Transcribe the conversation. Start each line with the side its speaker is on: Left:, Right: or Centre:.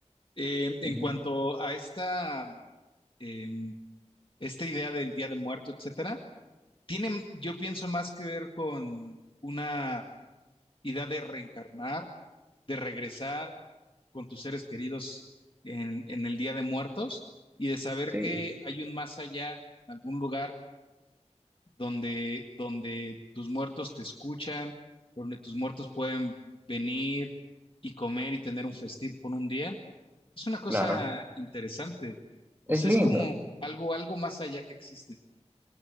Left: eh, en
Right: Ujú.
Left: cuanto a esta... em, esta idea del Día de Muerto, etcétera, tiene, yo pienso, más que ver con una idea de reencarnar, de regresar con tus seres queridos en, en el Día de Muertos y de saber
Right: Sí,
Left: que hay un más allá, en algún lugar donde, donde tus muertos te escuchan, donde tus muertos pueden venir y comer y tener un festín por un día. Es una cosa
Right: claro.
Left: interesante. O
Right: Es
Left: sea,
Right: lindo.
Left: es como algo, algo más allá que existe.